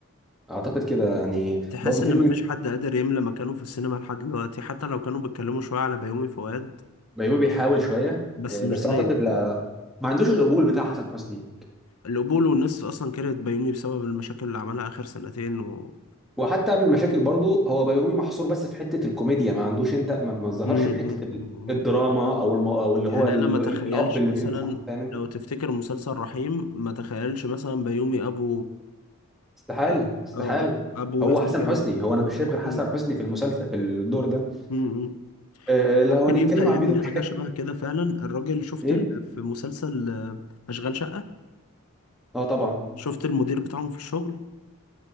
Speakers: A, in the centre; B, on the left.
A: اعتقد كده يعني
B: تحس
A: برضه
B: ان
A: فيلم
B: مفيش حد قادر يملى مكانه في السينما لحد دلوقتي حتى لو كانوا بيتكلموا شوية على بيومي فؤاد
A: بيومي بيحاول شويه
B: بس
A: آه،
B: مش
A: بس
B: زيه
A: اعتقد لا ما عندوش القبول بتاع حسن حسني
B: القبول والناس اصلا كرهت بيومي بسبب المشاكل اللي عملها اخر سنتين و...
A: وحتى قبل المشاكل برضه هو بيومي محصور بس في حته الكوميديا ما عندوش انت ما ما ظهرش
B: امم
A: في حته ال- الدراما او الم... او اللي
B: يعني
A: هو ال...
B: انا ما تخيلش
A: ال- الاب اللي
B: مثلا
A: بينصح فاهم انت
B: لو تفتكر مسلسل رحيم ما تخيلش مثلا بيومي ابو
A: استحاله
B: اه
A: استحاله
B: آه، آه، ابو
A: هو
B: ياسر
A: حسن
B: جلال
A: حسني هو انا مش شايف غير حسن
B: مم.
A: حسني في المسلسل في الدور ده
B: مم.
A: آه لو
B: ممكن
A: هنتكلم
B: يبدأ يعمل
A: عن ميدو مشاكل
B: حاجة شبه كده فعلا الراجل شفت
A: ايه
B: ال... في مسلسل آه، أشغال شقة
A: اه طبعا
B: شفت المدير بتاعهم في الشغل